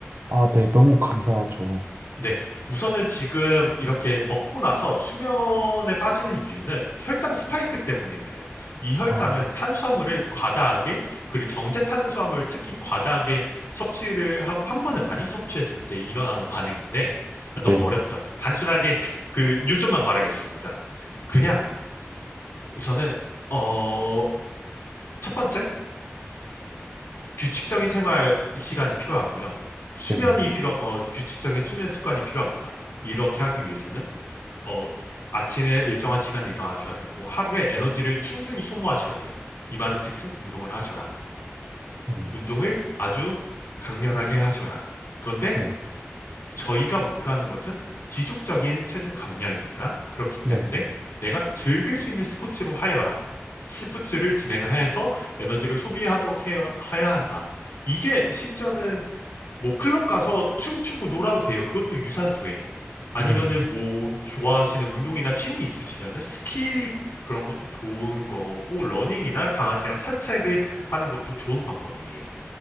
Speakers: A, on the right; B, on the left.
A: 아, 네. 너무 감사하죠.
B: 네. 우선은 지금 이렇게 먹고 나서 수면에 빠지는 이유는 혈당 스파이크 때문에 그래요. 이 혈당은
A: 아,
B: 탄수화물을 과다하게, 그리고 정제 탄수화물 특히 과다하게 섭취를 하고 한 번에 많이 섭취했을 때 일어나는 반응인데, 아, 너무
A: 네.
B: 어렵죠. 단순하게 그 요점만 말하겠습니다. 그냥
A: 네.
B: 우선은, 어, 첫 번째, 규칙적인 생활 시간이 필요하고요. 수면이
A: 네.
B: 필요, 어, 규칙적인 수면 습관이 필요합니다. 이렇게 하기 위해서는 어, 아침에 일정한 시간에 일어나셔야 되고 하루에 에너지를 충분히 소모하셔야 돼요. 이 말은 즉슨 운동을 하셔라.
A: 네.
B: 운동을 아주 강렬하게 하셔라. 그런데
A: 네.
B: 저희가 목표하는 것은 지속적인 체중 감량입니다. 그렇기 때문에
A: 네.
B: 내가 즐길 수 있는 스포츠로 하여라. 스포츠를 진행해서 에너지를 소비하도록 해야, 해야 한다. 이게 심지어는 뭐 클럽 가서 춤추고 놀아도 돼요. 그것도 유산소예요. 아니면은
A: 네,
B: 뭐 좋아하시는 운동이나 취미 있으시면은 스키 그런 것도 좋은 거고 러닝이나 강아지랑 산책을 하는 것도 좋은 방법이에요.